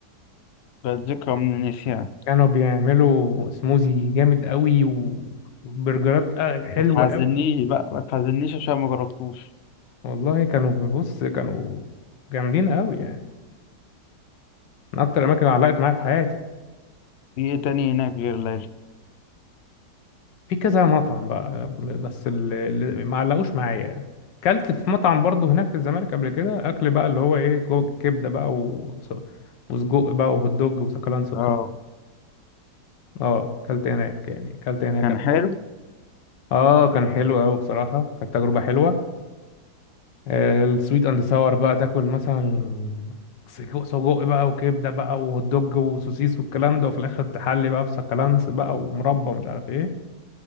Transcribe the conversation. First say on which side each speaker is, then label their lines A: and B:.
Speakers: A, on the left (about 70°); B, on the left (about 85°).
A: بقت ذكرى من النسيان
B: كانوا بيعملوا سموزي جامد قوي وبرجرات آه، حلوة
A: ما تحزنيش
B: قوي
A: بقى ما تحزنيش عشان ما جربتوش
B: والله كانوا بص كانوا جامدين قوي يعني من اكتر الاماكن اللي علقت معايا في حياتي
A: في ايه تاني هناك غير ليلى؟
B: في كذا مطعم بقى بس اللي اللي ما علقوش معايا كلت في مطعم برضه هناك في الزمالك قبل كده اكل بقى اللي هو ايه جو- كبده بقى و- وسجق بقى وهوت دوج وسكالانس
A: اه
B: اه اكلت هناك يعني اكلت هناك
A: كان
B: قبل
A: حلو؟
B: كده. اه كان حلو قوي بصراحه كانت تجربه حلوه آه، السويت اند ساور بقى تاكل مثلا سجق سجق بقى وكبده بقى وهوت دوج وسوسيس والكلام ده وفي الاخر تحلي بقى بسكالانس بقى ومربى مش عارف ايه